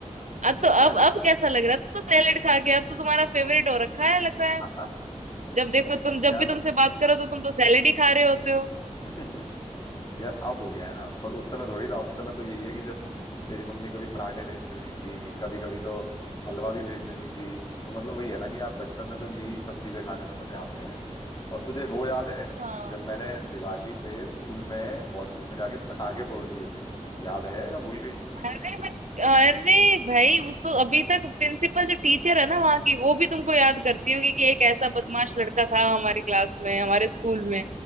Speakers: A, on the right; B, on the left.
A: अब
B: यार
A: तो
B: सैलेड
A: अब अब
B: कौन
A: कैसा
B: खाता
A: लग रहा
B: है
A: है तुम तो सैलेड खा के अब तो तुम्हारा फेवरेट हो रखा है लग
B: यार
A: रहा है जब
B: <laughs>
A: देखो तुम जब
B: यार
A: भी तुमसे बात करो तो तुम तो सैलेड ही खा रहे होते हो
B: <laughs> यार अब हो गया है ना पर उस समय थोड़ी था उस समय तो यही है कि जब तेरी मम्मी कभी पराठे भेज देती थी कभी कभी तो हलवा भी भेज देती थी तो मतलब वही है ना कि यार बचपन में तो यही सब चीजें खाने में मजे आते हैं और तुझे वो याद है
A: हाँ
B: जब मैंने दिवाली पे स्कूल में वॉशरूम में जाके पटाखे फोड़ दिए थे याद है या भूल गई
A: अरे मैं अरे भाई उसको अभी तक प्रिंसिपल जो टीचर है ना वहाँ की वो भी तुमको याद करती होगी कि एक ऐसा बदमाश लड़का था हमारी क्लास में हमारे स्कूल में